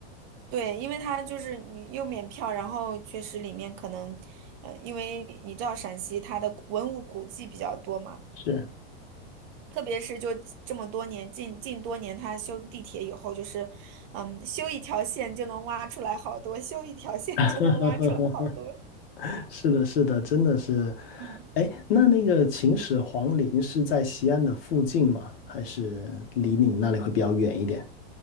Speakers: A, on the right; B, on the left.
A: 对，因为它就是你又免票，然后确实里面可能，呃，因为你知道陕西它的文物古迹比较多嘛。
B: 是，
A: 特别是就这么多年，近近多年，他修地铁以后，就是，嗯，修一条线就能挖出来好多，修一条线就能挖出来好多。
B: <laughs> 是的，是的，真的是。
A: 嗯
B: 哎，那那个秦始皇陵是在西安的附近吗？还是离你们那里会比较远一点？